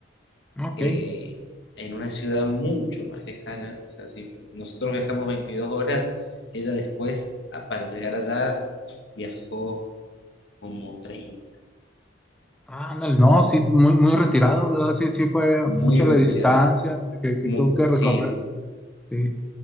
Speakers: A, in the centre; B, on the left (about 70°).
A: Ok.
B: eh, en una ciudad mucho más lejana. O sea, si nosotros viajamos 22 horas, ella después, a- para llegar allá, viajó como treinta
A: Ah, ándale, no, sí, muy, muy retirado, la verdad, sí, sí, fue
B: muy
A: mucha
B: retirado.
A: la distancia que, que
B: Mu-
A: tuvo que recorrer.
B: sí,
A: Sí.